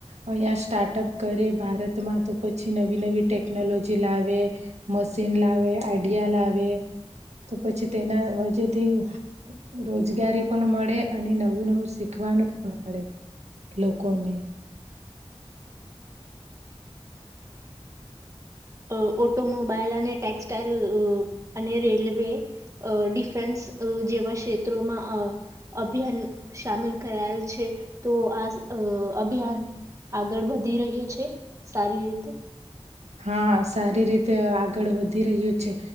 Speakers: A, on the right; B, on the right.
A: અહીંયા સ્ટાર્ટઅપ કરે ભારતમાં તો પછી નવી નવી ટેકનોલોજી લાવે મશીન લાવે આઈડિયા લાવે તો પછી તેના જેથી રોજગારી પણ મળે અને નવું નવું શીખવાનું પણ મળે લોકોને.
B: અ ઓટોમોબાઈલ અને ટેક્સટાઈલ અને રેલવે આ ડિફેન્સ આ જેવા ક્ષેત્રોમાં આ અભિયાન સામેલ કરાયેલ છે તો આ આ અભિયાન આગળ વધી રહ્યું છે સારી રીતે.
A: હા સારી રીતે આગળ વધી રહ્યું છે